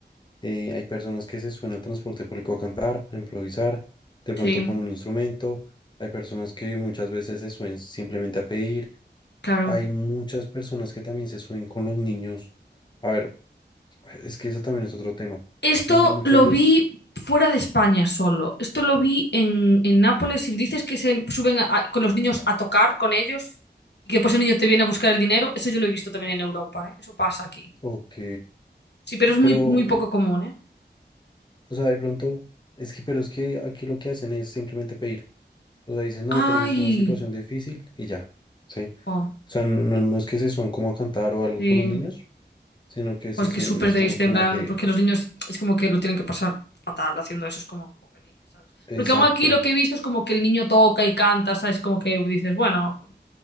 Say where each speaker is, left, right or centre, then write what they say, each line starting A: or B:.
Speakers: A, on the left; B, on the left.
A: Eh, hay personas que se suben al transporte público a cantar, a improvisar, de pronto
B: sí,
A: con un instrumento. Hay personas que muchas veces se suben simplemente a pedir.
B: claro.
A: Hay muchas personas que también se suben con los niños. A ver, es que eso también es otro tema.
B: Esto
A: Muchas
B: lo
A: veces,
B: vi fuera de España solo. Esto lo vi en, en Nápoles. Si dices que se suben a- a- con los niños a tocar con ellos y que después el niño te viene a buscar el dinero, eso yo lo he visto también en Europa, ¿eh? Eso pasa aquí.
A: ok,
B: Sí, pero es muy,
A: pero,
B: muy poco común, ¿eh?
A: o sea, de pronto, es que, pero es que aquí lo que hacen es simplemente pedir. O sea, dicen, no,
B: ¡Ay!
A: tenemos una situación difícil y ya, ¿sí?
B: Jo,
A: O sea, no, no no es que se suban como a cantar o algo
B: sí.
A: con los niños, sino que se
B: Pues
A: suelen
B: que es súper
A: más
B: triste,
A: o menos como
B: en plan,
A: a pedir.
B: porque los niños es como que lo tienen que pasar fatal haciendo eso, es como jopelines, ¿sabes?
A: Exacto,
B: Porque aún aquí lo que he visto es como que el niño toca y canta, ¿sabes? Como que dices, bueno.